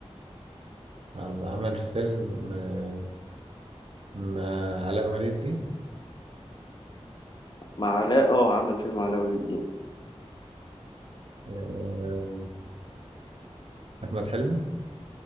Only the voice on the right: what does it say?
آه، عمل فيلم آه، مع علاء ولي الدين
آه، أحمد حلمي